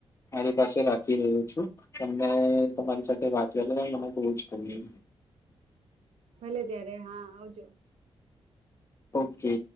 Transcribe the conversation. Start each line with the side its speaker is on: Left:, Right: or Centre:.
Left: મારી પાસે રાખી રહ્યો છું તમને તમારી સાથે વાત કરી મને બહ જ ગમ
Right: ભલે ત્યારે હા આવજો. આવજો.
Left: ઓકે.